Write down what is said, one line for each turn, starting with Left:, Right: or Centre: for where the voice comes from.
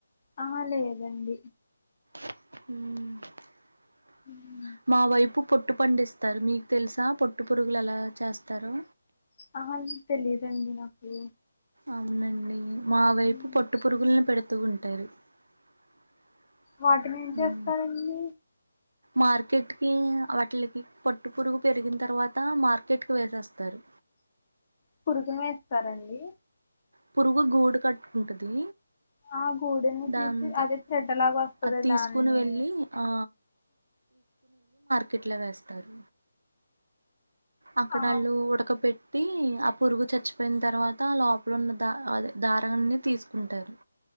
Left: ఆహా లేదండి
Right: మ్మ్
Left: మ్మ్
Right: మా వైపు పొట్టు పండిస్తారు మీకు తెలుసా పొట్టు పురుగులు ఎలా చేస్తారు.
Left: ఆ తెలిదండి నాకు
Right: అవునండి మా వైపు
Left: ఉమ్.
Right: పొట్టు పురుగులను పెడుతూ ఉంటాంది అంటారు
Left: వాటిని ఏం చేస్తారండి
Right: మార్కెట్ హ్మ్ వాటిల్కి పోట్టు పురుగు పెరిగిన తర్వాత మార్కెట్ కి వేసేస్తారు.
Left: పురుగుమేస్తారండి
Right: పురుగు గుడు కట్టుకుంటది.
Left: ఆ గూడెని తీసి
Right: దాంతో
Left: అదే చెడ్డలాగా వస్తాది
Right: అది తీసుకుని
Left: దాన్ని
Right: వెళ్ళి ఆ కిట్లా వేస్తారు. అక్కడ
Left: ఆ
Right: అళ్ళు ఉడకబెట్టి అప్ పురుగు చచ్చిపోయిన తర్వాత అలా ఇప్పుడున్న ద అదే దారన్ని తీసుకుంటారు.